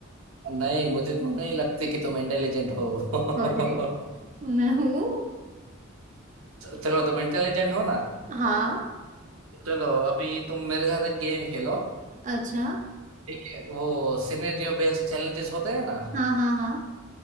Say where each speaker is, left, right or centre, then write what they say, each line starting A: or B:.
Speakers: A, on the right; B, on the right.
A: नहीं मुझे तो नहीं लगती कि तुम इंटेलिजेंट हो
B: अरे
A: <laughs>
B: मैं हूँ
A: च- चलो तुम इंटेलिजेंट हो ना
B: हाँ
A: चलो अभी तुम मेरे साथ एक गेम खेलो
B: अच्छा
A: ठीक है वो सिनेरियो बेस्ड चैलेंजेस होते हैं ना
B: हाँ हाँ हाँ